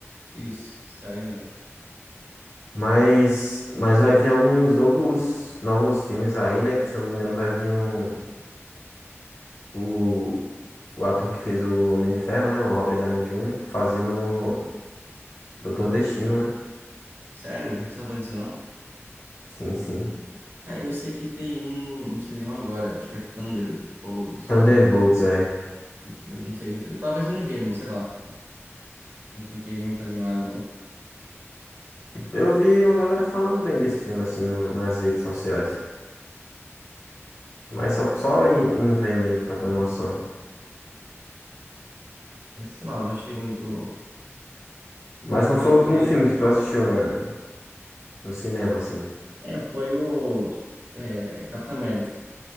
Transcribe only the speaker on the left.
Mas. Mas vai vir alguns novos. Novos filmes aí, né? Que se eu não me engano vai vir um. O. O ator que fez o Homem de Ferro, né? O Robert Downey júnior fazendo Doutor Destino, né?
Sim, sim.
Thunderbolts,
é.
Eu vi uma galera falando bem desse filme, assim, no- nas redes sociais. Mas só, só em, em ver mesmo, pra ter uma noção.
Mas
qual foi o último
filme que tu assistiu na, no cinema, assim?